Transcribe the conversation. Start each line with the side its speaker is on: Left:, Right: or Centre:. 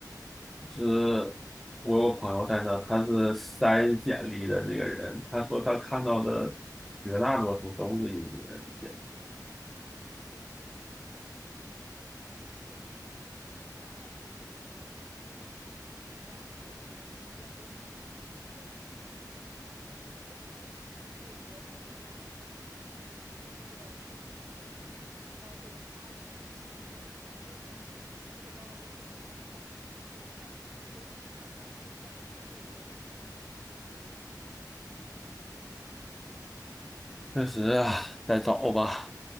Centre: 是我有朋友在那，他是筛简历的这个人，他说他看到的绝大多数都是印度人简历，
Right: 哇，确实啊，那人家母语是英语，再加上印度人普遍都很拼命，为了移民，所以说那个斗志不是国人能比的，而且就是就比较会拉拢人心一点吧，感觉印度人社交能力都很强，<laughs> 在求职市场上还是占绝对优势的。
Centre: 确实啊，再找吧。